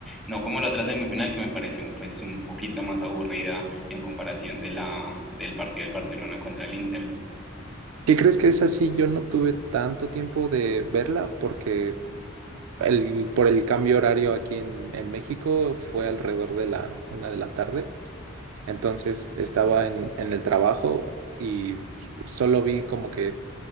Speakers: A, in the centre; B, on the right (about 80°).
A: No como la otra semifinal que me pareció pues un poquito más aburrida en comparación de la, del partido del Barcelona contra el Inter.
B: ¿Qué crees que es así? Yo no tuve tanto tiempo de verla porque el, por el cambio horario aquí en, en México fue alrededor de la una de la tarde Entonces estaba en, en el trabajo y solo vi como que